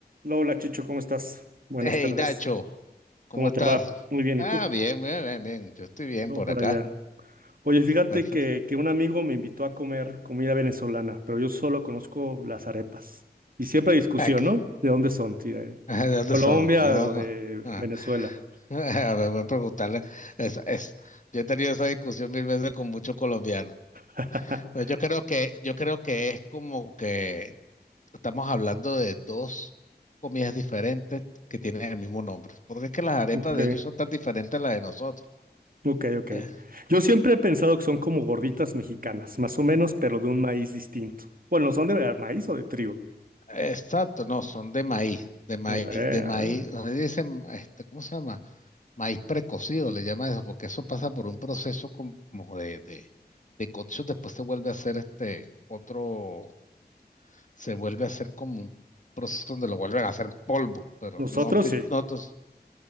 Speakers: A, on the right (about 55°); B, on the left (about 45°).
A: Hola Chicho, ¿cómo estás? Buenas
B: Hey
A: tardes.
B: Nacho, ¿cómo
A: ¿Cómo
B: estás?
A: te va? Muy bien,
B: Ah,
A: ¿y tú?
B: bien, bien, bien, bien. Yo estoy bien
A: Todo
B: por
A: por
B: acá.
A: allá. Oye, fíjate
B: Perfecto.
A: que, que un amigo me invitó a comer comida venezolana, pero yo solo conozco las arepas. Y siempre hay discusión,
B: Ah, que-
A: ¿no? ¿De dónde son? Si de
B: ah, ¿De dónde
A: Colombia
B: son? Ah,
A: o
B: no.
A: de
B: Ah,
A: Venezuela.
B: <laughs> A ver, voy a preguntarle. Es, es- yo he tenido esa discusión mil veces con muchos colombianos.
A: <laughs>
B: Pero yo creo que, yo creo que es como que estamos hablando de dos comidas diferentes que tienen el mismo nombre. Porque es que las arepas
A: Ok,
B: de ellos son tan diferentes a las de nosotros.
A: ok, ok.
B: Eh,
A: Yo siempre he pensado que son como gorditas mexicanas, más o menos, pero de un maíz distinto. Bueno, ¿son de maíz o de trigo?
B: Exacto, no, son de maíz, de maíz,
A: Ok, a
B: de maíz,
A: ver.
B: donde dicen, este, ¿cómo se llama? Maíz precocido le llama eso, porque eso pasa por un proceso como de, de, de cocción, después se vuelve a hacer este otro, se vuelve a hacer como un proceso donde lo vuelven a hacer polvo, pero
A: Nosotros
B: no estoy,
A: sí.
B: no, tos-